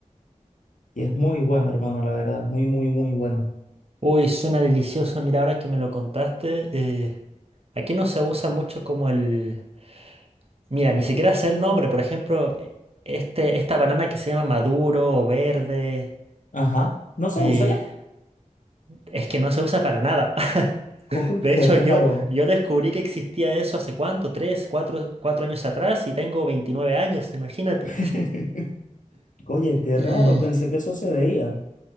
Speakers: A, on the left; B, on the right.
A: Y es muy bueno, hermano, la verdad, muy, muy, muy bueno.
B: Uy, suena delicioso. Mira, ahora que me lo contaste, eh, aquí no se usa mucho como el... Mira, ni siquiera sé el nombre. Por ejemplo, e- este, esta banana que se llama maduro o verde,
A: Ajá, ¿no se
B: eh,
A: usa ya?
B: es que no se usa para nada. <laughs>
A: <laughs> Uy,
B: De
A: qué
B: hecho,
A: raro.
B: yo, yo descubrí que existía eso hace cuánto, tres, cuatro, cuatro años atrás y tengo 29 años, imagínate.
A: <laughs> Oye, qué
B: Y
A: raro, pensé que eso se veía.